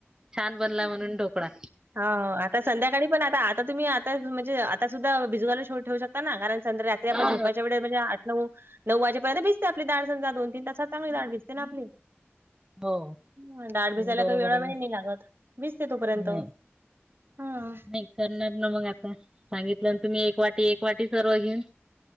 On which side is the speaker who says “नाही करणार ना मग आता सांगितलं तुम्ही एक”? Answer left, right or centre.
Right